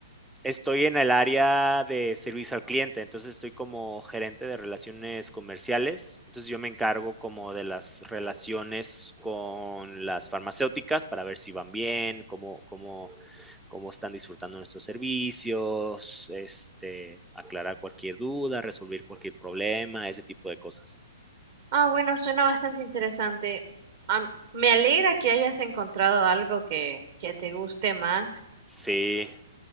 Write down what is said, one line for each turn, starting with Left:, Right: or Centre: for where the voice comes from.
Centre: estoy en el área de servicio al cliente, entonces estoy como gerente de relaciones comerciales, entonces yo me encargo como de las relaciones con las farmacéuticas para ver si van bien, cómo, cómo, cómo están disfrutando nuestros servicios, este, aclarar cualquier duda, resolver cualquier problema, ese tipo de cosas.
Right: Ah, bueno, suena bastante interesante. Am- me alegra que hayas encontrado algo que, que te guste más.
Centre: Sí.